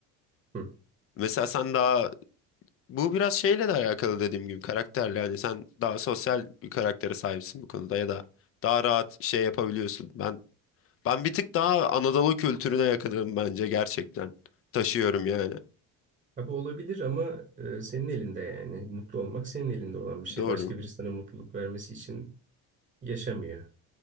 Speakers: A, on the right; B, on the left.
A: Hı.
B: mesela sen daha bu biraz şeyle de alakalı dediğim gibi karakterle yani sen daha sosyal bir karaktere sahipsin bu konuda ya da daha rahat şey yapabiliyorsun ben ben bir tık daha Anadolu kültürüne yakınım bence gerçekten taşıyorum yani
A: Abi olabilir ama e, senin elinde yani. Mutlu olmak senin elinde olan bir şey.
B: doğru
A: Başka biri sana mutluluk vermesi için yaşamıyor.